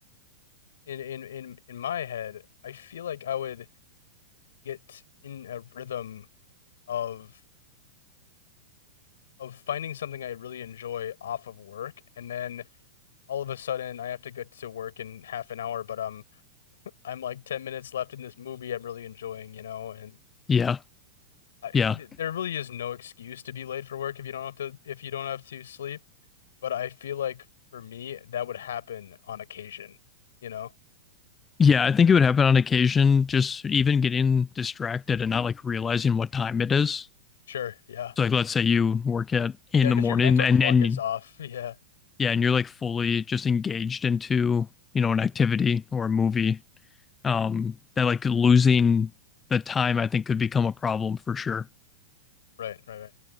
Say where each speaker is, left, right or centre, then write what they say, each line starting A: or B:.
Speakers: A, on the left; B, on the left.
A: in in in in my head, I feel like I would get in a rhythm of of finding something I really enjoy off of work, and then. all of a sudden I have to get to work in half an hour, but um, I'm like 10 minutes left in this movie I'm really enjoying, you know, and
B: Yeah.
A: I, th
B: Yeah.
A: there really is no excuse to be late for work if you don't have to if you don't have to sleep. But I feel like for me that would happen on occasion, you know?
B: Yeah, I think it would happen on occasion, just even getting distracted and not like realizing what time it is.
A: Sure, yeah.
B: So like let's say you work at in
A: Yeah, because
B: the morning
A: your mental
B: and
A: clock
B: then
A: is off. <laughs> Yeah.
B: yeah, and you're like fully just engaged into, you know, an activity or a movie. Um, that like losing the time I think could become a problem for sure.
A: Right, right, right.